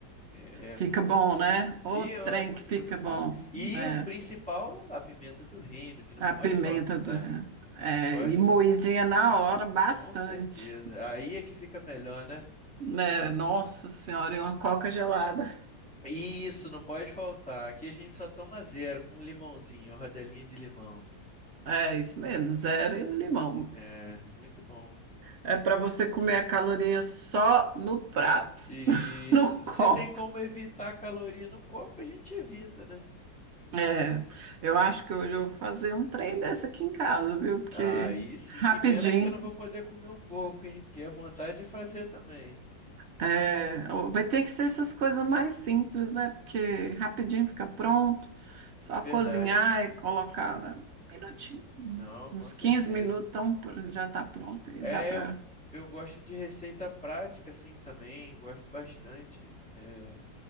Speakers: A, in the centre; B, on the right.
A: É, é
B: fica
A: muito
B: bom,
A: bom.
B: né? O
A: Fia,
B: trem
A: é muito
B: que fica
A: gostoso.
B: bom.
A: E
B: É,
A: o principal, a pimenta do reino, que não
B: a
A: pode
B: pimenta
A: faltar.
B: do...
A: Não
B: É,
A: pode
B: e moidinha
A: faltar.
B: na hora, bastante.
A: Com certeza. Aí é que fica melhor, né?
B: né? nossa senhora, e uma coca gelada.
A: Isso, não pode faltar. Aqui a gente só toma zero com um limãozinho, rodelinha de limão.
B: É isso mesmo, zero e um limão.
A: É, muito bom.
B: É para você comer a caloria só no prato,
A: Isso.
B: <laughs> no
A: Se
B: copo.
A: tem como evitar caloria no corpo, a gente evita, né?
B: É, eu acho que hoje eu vou fazer um trem dessa aqui em casa, viu? Porque
A: Aí sim,
B: rapidinho.
A: que pena é que eu não vou poder comer um pouco, hein? Porque é vontade de fazer também.
B: é, vai ter que ser essas coisas mais simples, né? Porque rapidinho fica pronto, só
A: Verdade.
B: cozinhar e colocar né, um minutinho,
A: Não,
B: uns
A: com certeza.
B: 15 minutos, então pr- já está pronto e
A: É,
B: dá para.
A: eu, eu gosto de receita prática, assim, também. Gosto bastante. É,